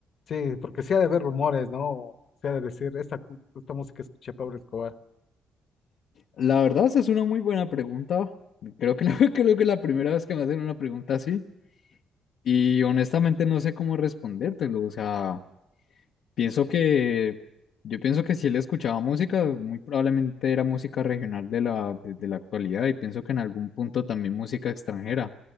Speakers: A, on the left; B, on the left.
A: Sí, porque sí ha de haber rumores, ¿no? O sí ha de decir, esta, cu- esta música escuché a Pablo Escobar.
B: La verdad, esa es una muy buena pregunta. Creo que la, <laughs> creo que es la primera vez que me hacen una pregunta así. Y honestamente no sé cómo respondértelo. O sea, pienso que, yo pienso que si él escuchaba música, muy probablemente era música regional de la, de, de la actualidad. Y pienso que en algún punto también música extranjera.